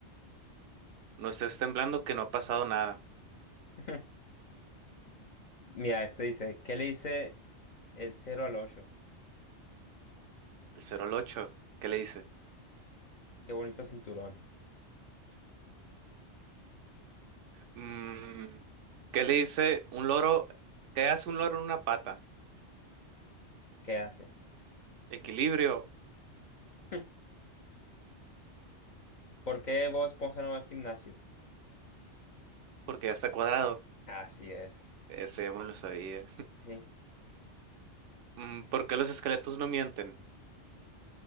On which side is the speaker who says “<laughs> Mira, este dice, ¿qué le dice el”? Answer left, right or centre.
Left